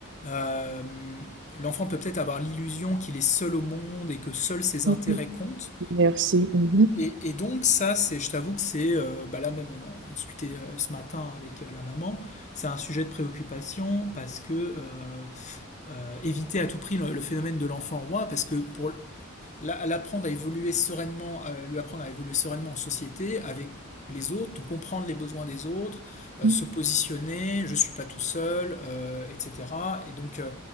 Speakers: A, on the left; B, on the right.
A: euh, l'enfant peut peut-être avoir l'illusion qu'il est seul au monde et que seuls ses
B: Mhm.
A: intérêts comptent.
B: Merci. Mhm.
A: Et, et donc ça, c'est, je t'avoue que c'est, euh, bah là même, on en discutait euh, ce matin avec euh, la maman. C'est un sujet de préoccupation parce que euh, euh, éviter à tout prix le, le phénomène de l'enfant roi, parce que pour l'apprendre à évoluer sereinement, à lui apprendre à évoluer sereinement en société avec les autres, donc comprendre les besoins des autres, euh,
B: Mhm.
A: se positionner, je ne suis pas tout seul, euh, etc. Et donc euh,